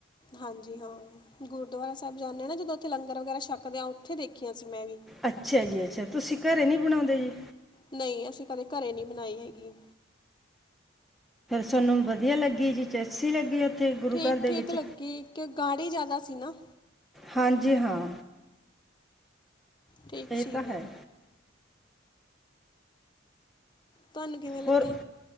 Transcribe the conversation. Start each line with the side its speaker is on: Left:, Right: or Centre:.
Left: ਹਾਂਜੀ ਹਾਂ ਗੁਰਦੁਆਰਾ ਸਾਹਿਬ ਜਾਂਦੇ ਨਾ ਜਦੋਂ ਉੱਥੇ ਲੰਗਰ ਵਗੈਰਾ ਛਕਦੇ ਆ ਉੱਥੇ ਦੇਖੀਆਂ ਸੀ ਮੈਂ ਵੀ
Centre: ਅੱਛਾ ਜੀ ਅੱਛਾ। ਤੁਸੀਂ ਘਰੇ ਨਹੀਂ ਬਣਾਉਂਦੇ ਜੀ।
Left: ਨਹੀਂ ਅਸੀਂ ਕਦੇ ਘਰੇ ਨਹੀਂ ਬਣਾਈ ਹੈਗੀ।
Centre: ਸਾਨੂੰ ਵਧੀਆ ਲੱਗੀ ਜੀ, ਅੱਛੀ ਲੱਗੀ। ਉੱਥੇ ਗੁਰੂ
Left: ਠੀਕ,
Centre: ਘਰ ਦੇ
Left: ਠੀਕ
Centre: ਵਿੱਚ
Left: ਲੱਗੀ ਕਿ ਗਾੜੀ ਜਿਆਦਾ ਸੀ ਨਾ।
Centre: ਹਾਂਜੀ ਹਾਂ।
Left: ਠੀਕ
Centre: ਇਹ
Left: ਸੀਗੀ।
Centre: ਤਾਂ ਹੈ
Left: ਤੁਹਾਨੂੰ ਕਿਵੇਂ ਲੱਗੀ?
Centre: ਹੋਰ